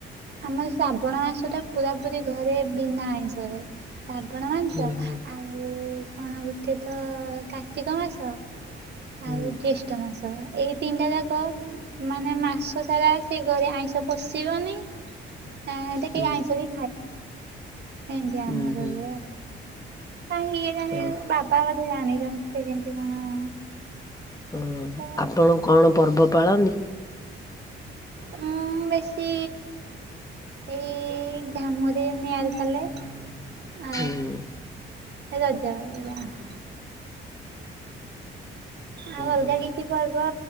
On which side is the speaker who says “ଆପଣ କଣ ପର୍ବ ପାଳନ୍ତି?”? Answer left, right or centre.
Left